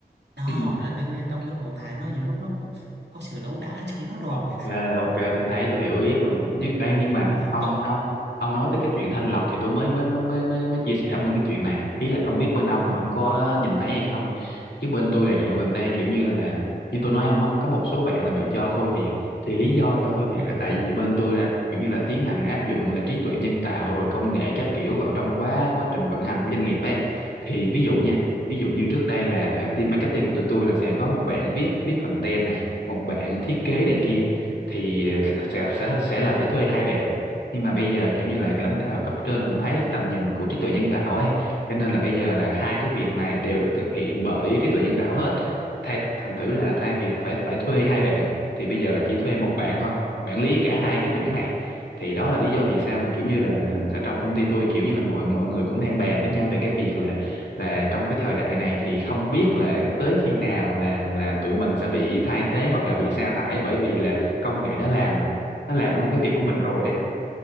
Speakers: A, on the right; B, on the left.
A: đó
B: ừ
A: là đương nhiên trong cái nội tại nó nhiều lúc nó cũng có sự đấu đá ở trong đó rồi
B: Ok, ok, tôi thấy tôi hiểu ý ông rồi. Nhưng ê, nhưng mà
A: ừ,
B: ông
A: còn
B: nó ông nói tới cái chuyện thanh lọc thì tôi mới mới mới mới mới, mới chia sẻ ông luôn cái chuyện này. Ý là không biết bên ông
A: ừ,
B: là ông có nhìn thấy hay không. Chứ bên tôi là dạo gần đây kiểu như là như tôi nói ông á, có một số bạn là bị cho thôi việc. Thì lý do cho thôi việc
A: ừ.
B: là tại vì bên tôi là kiểu như là tiến hành áp dụng là trí tuệ nhân tạo rồi công nghệ các kiểu vào trong quá quá trình vận hành của doanh nghiệp ấy. Thì ví dụ nha ví dụ như trước đây là team marketing của tụi tôi là sẽ có một bạn viết viết content này một bạn thiết kế này kia thì sẽ sẽ sẽ là phải thuê hai bạn nhưng mà bây giờ kiểu như là lãnh đạo cấp trên cũng thấy cái tầm nhìn của trí tuệ nhân tạo ấy cho nên là bây giờ là hai cái việc này đều được thực hiện bởi trí tuệ nhân tạo hết thay thành thử ra là thay vì phải phải thuê hai bạn thì bây giờ là chỉ thuê một bạn thôi quản lý cả hai cái mảng này thì đó là lý do vì sao mà kiểu như là, là, là trong công ty tôi kiểu như là mọi mọi người cũng đang bàn với nhau về cái việc là là trong cái thời đại này thì không biết là tới khi nào là là tụi mình sẽ bị thay thế hoặc là bị sa thải bởi vì là công nghệ nó làm nó làm luôn cái việc của mình rồi đấy